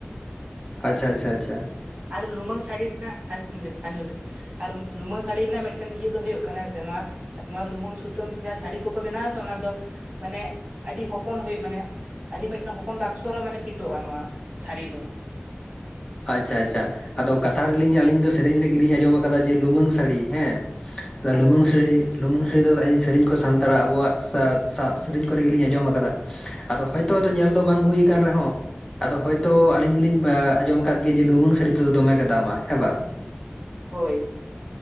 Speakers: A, on the left (about 20°); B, on the right (about 30°).
A: ᱟᱪᱪᱷᱟ ᱟᱪᱷᱟ ᱟᱪᱷᱟ᱾
B: ᱟᱨ ᱞᱩᱢᱟᱹᱝ ᱥᱟᱹᱲᱤ ᱨᱮᱱᱟᱜ ᱟᱸᱡᱚᱢ ᱞᱮ ᱟᱸᱡᱚᱢ ᱞᱮᱵᱤᱱᱼᱼ ᱟᱨ ᱞᱩᱢᱟᱹᱝ ᱥᱟᱹᱲᱤ ᱨᱮᱱᱟᱜ ᱢᱤᱫᱴᱮᱱ ᱤᱭᱟᱹ ᱫᱚ ᱦᱩᱭᱩᱜ ᱠᱟᱱᱟ ᱥᱮ ᱱᱚᱣᱟᱼᱼ ᱱᱚᱣᱟ ᱞᱩᱢᱟᱹᱝ ᱥᱩᱛᱟᱹᱢ ᱛᱮ ᱡᱟᱦᱟᱸ ᱥᱟᱹᱲᱤ ᱠᱚᱠᱚ ᱵᱮᱱᱟᱣ ᱟᱥᱮ ᱚᱱᱟ ᱫᱚ ᱢᱟᱱᱮ ᱟᱹᱰᱤ ᱦᱚᱯᱚᱱ ᱦᱩᱭᱩᱜ ᱢᱟᱱᱮᱼᱼ ᱟᱹᱰᱤ ᱢᱤᱫᱴᱟᱝ ᱦᱚᱯᱚᱱ ᱵᱟᱠᱥᱚ ᱨᱮ ᱦᱚᱸ ᱢᱟᱱᱮ ᱯᱷᱤᱴᱚᱜᱼᱟ ᱱᱚᱣᱟ ᱥᱟᱹᱲᱤ ᱫᱚ᱾
A: ᱟᱪᱪᱷᱟ ᱟᱪᱪᱷᱟ᱾ ᱟᱫᱚ ᱠᱟᱛᱷᱟ ᱨᱮᱞᱤᱧ ᱟᱹᱞᱤᱧ ᱫᱚ ᱥᱮᱨᱮᱧ ᱞᱟᱹᱜᱤᱫ ᱞᱤᱧ ᱟᱸᱡᱚᱢ ᱠᱟᱫᱟ ᱡᱮ ᱞᱩᱢᱟᱹᱝ ᱥᱟᱹᱲᱤ ᱦᱮᱸ ᱞᱩᱢᱟᱹᱝ
B: ᱦᱳᱭ
A: ᱥᱟᱹᱲᱤᱼᱼ ᱞᱩᱢᱟᱹᱝ ᱥᱟᱹᱲᱤ ᱫᱚᱞᱤᱧ ᱥᱮᱨᱮᱧ ᱠᱚ ᱥᱟᱱᱛᱟᱲᱟᱜ ᱟᱵᱚᱣᱟᱜ ᱥᱮᱨᱮᱧ ᱠᱚᱨᱮ ᱜᱮᱞᱤᱧ ᱟᱸᱡᱚᱢ ᱟᱠᱟᱫᱟ᱾ ᱟᱫᱚ ᱦᱳᱭᱛᱚ ᱟᱫᱚ ᱧᱮᱞ ᱫᱚ ᱵᱟᱝ ᱦᱩᱠᱟᱱ ᱨᱮᱦᱚᱸ ᱟᱫᱚ ᱦᱳᱭᱛᱳ ᱟᱞᱤᱧ ᱦᱚᱞᱤᱧ ᱟᱸᱡᱚᱢᱟᱼᱼ ᱠᱟᱫ ᱜᱮ ᱡᱮ ᱞᱩᱢᱟᱹᱝ ᱥᱟᱹᱲᱤ ᱛᱮᱫᱚ ᱫᱚᱢᱮ ᱜᱮ ᱫᱟᱢᱟ ᱦᱮᱸ ᱵᱟᱝ?
B: ᱦᱳᱭᱼᱼ